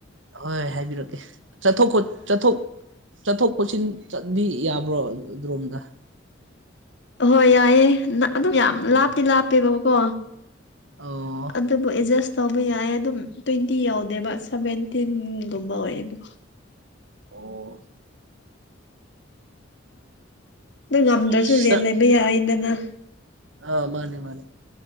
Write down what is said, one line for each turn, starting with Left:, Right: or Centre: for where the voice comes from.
Right: ꯍꯣꯏ ꯍꯥꯏꯕꯤꯔꯛꯀꯦ ꯆꯠꯊꯣꯛꯣ ꯆꯠꯊꯣꯛ ꯆꯠꯊꯣꯛ ꯆꯣꯠꯁꯤꯟ ꯆꯠꯗꯤ ꯌꯥꯕ꯭ꯔꯣ ꯑꯗꯨꯔꯣꯝꯗ
Left: ꯑꯍꯣꯏ ꯌꯥꯏꯑꯦ ꯑꯗꯨꯝ ꯌꯥꯝ
Right: ꯑꯣ
Left: ꯂꯥꯞꯇꯤ ꯂꯥꯞꯄꯦꯕꯕꯀꯣ
Right: ꯑꯣ
Left: ꯑꯗꯨꯕꯨ ꯑꯦꯖꯁ ꯇꯧꯕ ꯌꯥꯏ ꯑꯗꯨꯝ ꯇ꯭ꯋꯦꯟꯇꯤ ꯌꯥꯎꯗꯦꯕ ꯁꯚꯦꯟꯇꯤꯟꯒꯨꯝꯕ ꯑꯣꯏꯌꯦꯕ
Right: ꯑꯣ
Left: ꯅ ꯉꯝꯗ꯭ꯔꯁꯨ
Right: ꯁꯥꯔ
Left: ꯔꯦꯟ ꯂꯩꯕ ꯌꯥꯏꯗꯅ
Right: ꯑꯥ ꯃꯥꯅꯦ ꯃꯥꯅꯦ